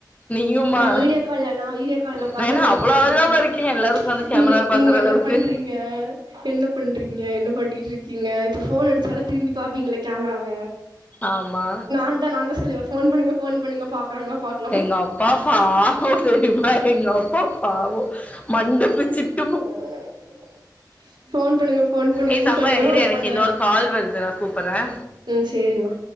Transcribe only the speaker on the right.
நா வீடியோ கால்ல நா வீடியோ கால்ல ஒக்காந்து
ஒங்ல
பாத்துட்ருப்ப
நீங்க
நீங்க என்ன
பண்றீ ங்க என்ன பண்றீகீங்க என்ன பண்ணிட்ருக்கீங்க இப்ப ஃபோன் அடிச்சாலு திரும்பி பாப்பீங்ளே கேம்ராவ
நாந்தா நாந்தா சொல்லுவ ஃபோன் பன்னுங்க ஃபோன் பன்னுங்க பாக்றங்ளா பாக்
<unintelligible> ஃபோன் பண்ணுங்க ஃபோன் பண்ணுங்கன்னு
சொல்லுவே
அவரு
பண்ணுவாரு
ம் சேரிமா